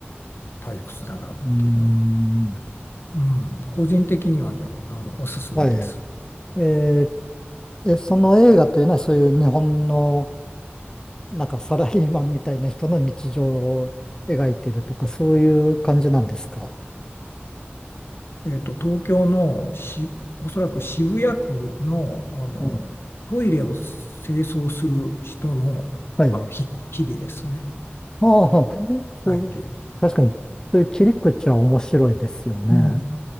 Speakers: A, on the left (about 65°); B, on the left (about 15°).
A: 退屈だなっていうのが、
B: うん
A: うん、個人的にはね、あの、おすすめです。
B: はい。えーえ、その映画というのはそういう日本のなんかサラリーマンみたいな人の日常を描いてるとかそういう感じなんですか
A: えっと、東京のし、おそらく渋谷区の、あのトイレを清掃する人の、
B: はい。はい。
A: あの日、日々ですね。
B: ああ、そう、
A: ないっていう。
B: 確かにそういう切り口は面白いですよね。
A: うん